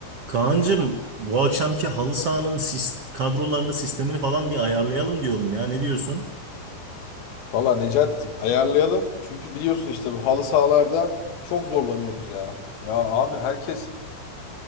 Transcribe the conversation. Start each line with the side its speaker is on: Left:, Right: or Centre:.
Right: Kaan'cığım bu akşamki halı sahanın sis- kadrolarını sistemini falan bir ayarlayalım diyorum ya ne diyorsun?
Left: Valla Necati'cim ayarlayalım. Çünkü biliyorsun işte bu halı sahalarda çok zorlanıyoruz ya. Ya abi herkes